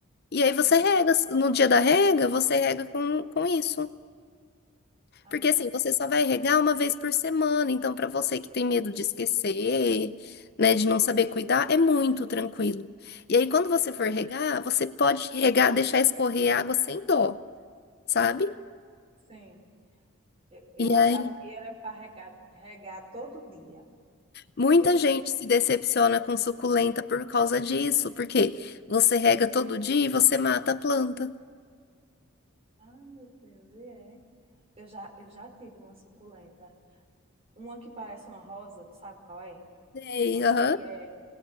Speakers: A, on the left; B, on the right.
A: E aí
B: Sim.
A: você rega. No dia da rega, você rega com, com isso.
B: Ah,
A: Porque assim, você só vai regar uma vez por semana. Então, para você que tem medo de esquecer, né, de não saber cuidar, é muito tranquilo. E aí, quando você for regar, você pode regar, deixar escorrer a água sem dó, sabe?
B: sim. Eu, eu
A: E
B: achava
A: aí
B: que era para regar, regar todo dia.
A: Muita
B: Entende?
A: gente se decepciona com suculenta por causa disso, porque você rega todo dia e você mata a planta.
B: Ah, meu Deus, e é. Eu já, eu já tive uma suculenta. Uma que parece uma rosa, tu sabe qual é?
A: Sei,
B: Uma
A: aham.
B: que é.